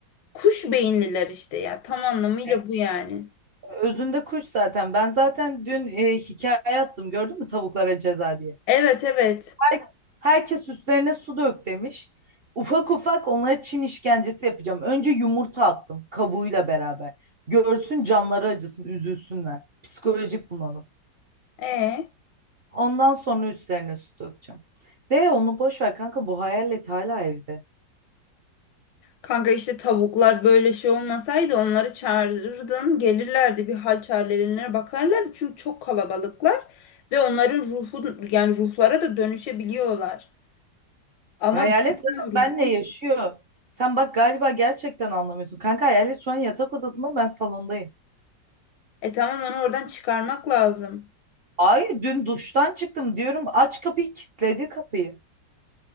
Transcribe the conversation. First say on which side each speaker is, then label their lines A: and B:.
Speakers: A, on the left (about 80°); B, on the right (about 50°).
A: Kuş beyinliler işte ya tam anlamıyla
B: Evet.
A: bu yani.
B: Özünde kuş zaten. Ben zaten dün e, hikaye attım gördün mü tavuklara ceza diye.
A: Evet evet.
B: Her- Herkes üstlerine su dök demiş. Ufak ufak onlara Çin işkencesi yapacağım. Önce yumurta attım kabuğuyla beraber. Görsün canları acısın, üzülsünler. Psikolojik bunalım.
A: E.
B: Ondan sonra üstlerine su dökeceğim. De onu boş ver kanka bu hayalet hala evde.
A: Kanka işte tavuklar böyle şey olmasaydı onları çağırırdın gelirlerdi bir hal çarelerine bakarlardı çünkü çok kalabalıklar ve onların ruhu yani ruhlara da dönüşebiliyorlar. Ama
B: Hayalet
A: bilmiyorum.
B: zaten benle yaşıyor. Sen bak galiba gerçekten anlamıyorsun. Kanka hayalet şu an yatak odasında ben salondayım.
A: E tamam onu oradan çıkarmak lazım.
B: Ay dün duştan çıktım diyorum aç kapıyı kilitledi kapıyı.